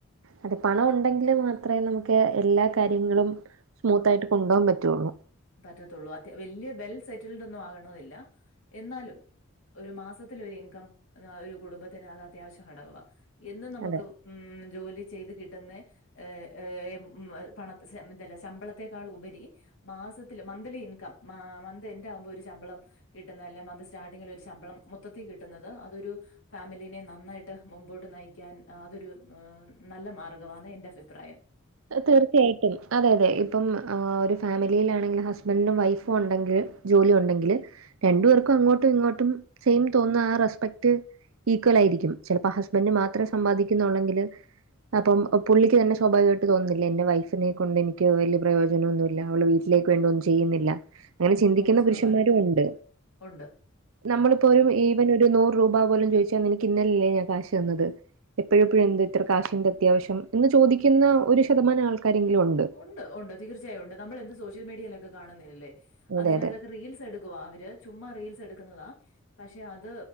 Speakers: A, on the right; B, on the left.
A: അതെ പണം ഉണ്ടെങ്കില് മാത്രമേ നമുക്ക് എല്ലാ കാര്യങ്ങളും സ്മൂത്തായിട്ട് കൊണ്ടോവാൻ പറ്റൊള്ളൂ.
B: പറ്റത്തൊള്ളൂ അത്യ വല്യ വെൽ സെറ്റിൽ ഡൊന്നും ആകണോയില്ല എന്നാലും ഒര് മാസത്തിലൊര് ഇൻകം ഒര് കുടുംബത്തിന് അത് അത്യാവശ്യം ഘടകവാ എന്നും നമക്ക്
A: അതെ
B: ഉം ജോലി ചെയ്ത് കിട്ടുന്നെ ഏഹ് ഏഹ് ഉം പണത്തെ ശമ്പ ഇതല്ല ശമ്പളത്തെക്കാളുപരി മാസത്തില് മന്ത്ലി ഇൻകം മാ മന്ത് എൻ്റാവുമ്പം ഒരു ശമ്പളം കിട്ട്ന്ന എല്ലാ മന്ത് സ്റ്റാർട്ടിങ്ങിലൊര് ശമ്പളം മൊത്തത്തി കിട്ടുന്നത് അതൊരു ഫാമിലിനെ നന്നായിട്ട് മുമ്പോട്ട് നയിക്കാൻ അതൊരു എഹ് നല്ല മാർഗവാന്നെ എന്റെ ഫിപ്രായം.
A: തീർച്ചയായി ട്ടും അതെ യതെ ഇപ്പം ഏഹ് ഒരു ഫാമിലിയിലാണെങ്കിലും ഹസ്ബൻറും വൈഫു ണ്ടെങ്കിൽ ജോലി ഉണ്ടെങ്കിൽ രണ്ട് പേർക്കും അങ്ങോട്ടും ഇങ്ങോട്ടും സെയിം തോന്നുന്ന ആ റെസ്പെക്ട് ഈക്വലായിരിക്കും ചെലപ്പോ ഹസ്ബൻഡ് മാത്രം സമ്പാദിക്കുന്നുള്ളെങ്കില് അപ്പം ഒപുള്ളിക്ക് തന്നെ സ്വാഭാവികാ ട്ട് തോന്നുല്ലേ എന്റെ വൈഫിനെ കൊണ്ട് എനിക്ക് വെല്ല്യെ പ്രയോജനൊന്നുല്ല അവള് വീട്ടിലേക്ക് വേണ്ടിയൊന്നും ചെയ്യുന്നില്ല. അങ്ങനെ ചിന്തിക്കുന്ന
B: നൂറ് ശതമാനം
A: പുരുഷന്മാരു ഉണ്ട്
B: ഉണ്ട്
A: നമ്മളിപ്പോ ഒരു ഈവന് ഒരു നൂറ് രൂപാ പോലും ചോദിച്ചാ നിനക്ക് ഇന്നലല്ലേ ഞാൻ കാശ് തന്നത് എപ്പഴെപ്പഴും എന്താ ഇത്ര കാശിന്റെ അത്യാവശ്യം എന്ന് ചോദിക്കുന്ന ഒരു ശതമാനം ആൾക്കാരെങ്കിലും ഉണ്ട്
B: ഉണ്ട് ഉണ്ട് തീർച്ചായും ഉണ്ട് നമ്മൾ എന്ത് സോഷ്യൽ മീഡിയയിലൊക്കെ കാണുന്നില്ലല്ലേ അന്നേരം
A: അതെ അതെ
B: അതൊക്കെ റീൽസ് എടു <unintelligible> അവര് ചുമ്മാ റീൽസ് എടുക്കുന്നതാ പക്ഷേ അത്